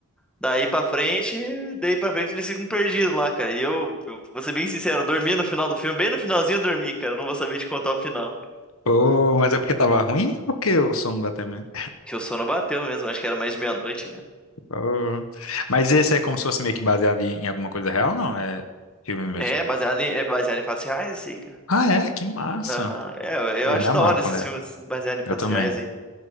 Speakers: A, in the centre; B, on the left (about 70°).
A: Daí pra frente, daí pra frente eles ficam perdidos lá, cara. E eu, eu vou ser bem sincero, eu dormi no final do filme, bem no finalzinho eu dormi, cara. Eu Não vou saber te contar o final.
B: Ô, mas é porque tava ruim ou porque o sono bateu mesmo?
A: Que o sono bateu mesmo, acho que era mais de meia-noite já.
B: Oh. Mas esse é como se fosse meio que baseado em, em alguma coisa real, não? É filme mesmo.
A: É, baseado em, é baseado em fatos reais, isso aí, cara.
B: Ah, é? Que massa.
A: Aham. É,
B: Pô,
A: eu acho
B: me amarro
A: da hora esses
B: quando é.
A: filmes baseados em
B: Eu
A: fatos
B: também.
A: reais, hein?